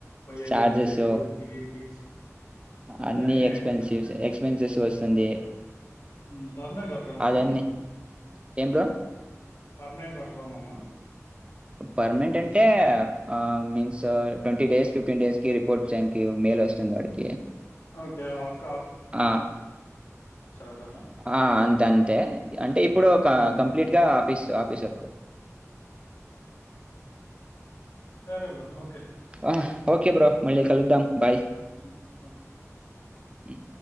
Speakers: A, on the left (about 80°); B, on the right (about 20°).
A: పోయ్యేది
B: చార్జెస్
A: వచ్చేది ఊరికి గిరికి ఇందా
B: అన్ని
A: అయినే
B: ఎక్స్పెన్సివ్స్
A: అయితుంది అంతా
B: ఎక్స్పెన్సెస్ వస్తుంది
A: మ్మ్ పర్మనెంట్ వర్క్ ఫ్రం హోంమా
B: అదన్నీ ఏం bro
A: permanent work from home ఆ
B: పర్మనెంట్ అంటే ఆ means twenty days fifteen days కి రిపోర్ట్ చేయనికి మేల్ వస్తుంది వాడికి
A: ఓకే అఫ్
B: ఆ
A: అంతేనా
B: ఆ అంతే అంతే అంటే ఇప్పుడు ఒక
A: మ్మ్.
B: కంప్లీట్ గా ఆఫీస్ ఆఫీసర్
A: సరే బ్రో ఓకే
B: ఆహ్ ఓకే బ్రో మళ్ళి క కలుద్దాం బాయ్
A: హు ఓకే
B: మ్మ్